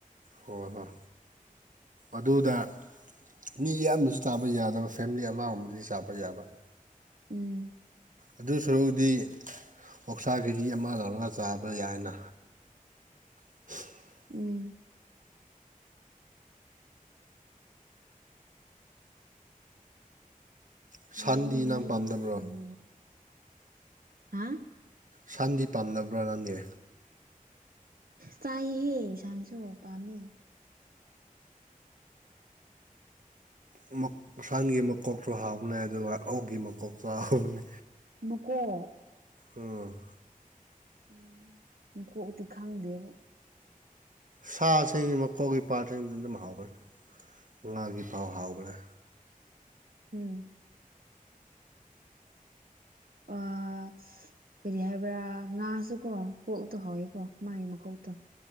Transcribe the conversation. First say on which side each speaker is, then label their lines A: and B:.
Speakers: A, on the right; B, on the right.
A: ꯍꯣꯏ ꯍꯣꯏ ꯑꯗꯨꯗ ꯃꯤ ꯌꯥꯝꯕꯁꯨ ꯇꯕ ꯌꯥꯗꯕ ꯐꯦꯝꯂꯤ ꯑꯃ ꯒꯨꯝꯕꯗꯤ ꯆꯥꯕ ꯌꯥꯕ
B: ꯎꯝ
A: ꯑꯗꯨ ꯁꯔꯨꯛꯄꯨꯗꯤ ꯑꯣꯛꯁꯥ ꯀꯦꯖꯤ ꯑꯃ ꯂꯧꯔꯒ ꯆꯥꯕ ꯌꯥꯏꯅ <inaudible>
B: ꯎꯝ
A: ꯁꯟꯗꯤ
B: ꯃꯥꯅꯤ
A: ꯅꯪ ꯄꯥꯝꯗꯕ꯭ꯔꯣ
B: ꯃꯥꯅꯤ ꯍꯥ
A: ꯁꯟꯗꯤ ꯄꯥꯝꯗꯕ꯭ꯔꯥ ꯅꯪꯗꯤ
B: ꯆꯥꯏꯌꯦꯍꯦ ꯌꯦꯡꯁꯥꯟꯁꯨ ꯄꯥꯝꯃꯦ
A: ꯑꯃꯛ ꯁꯟꯒꯤ ꯃꯀꯣꯛꯁꯨ ꯍꯥꯎꯕꯅꯦ ꯑꯗꯨꯒ ꯑꯣꯛꯒꯤ ꯃꯀꯣꯛꯁꯨ ꯍꯥꯎꯕꯅꯦ
B: ꯃꯀꯣꯛ
A: ꯎꯝ
B: ꯎꯝ ꯃꯀꯣꯛꯇꯤ ꯈꯪꯗꯦꯕꯣ
A: ꯁꯥꯁꯦ ꯃꯀꯣꯛꯒꯤ ꯄꯥꯠꯁꯤꯡ ꯑꯗꯨꯝ ꯍꯥꯎꯕꯅꯦ ꯉꯥꯒꯤ ꯄꯥꯎ ꯍꯥꯎꯕꯅꯦ
B: ꯎꯝ ꯑꯥ ꯀꯔꯤ ꯍꯥꯏꯕ꯭ꯔꯥ ꯉꯥꯁꯨ ꯀꯣ ꯀꯣꯛꯇꯣ ꯍꯧꯋꯦꯀꯣ ꯃꯥꯏ ꯃ ꯀꯣꯛꯇꯣ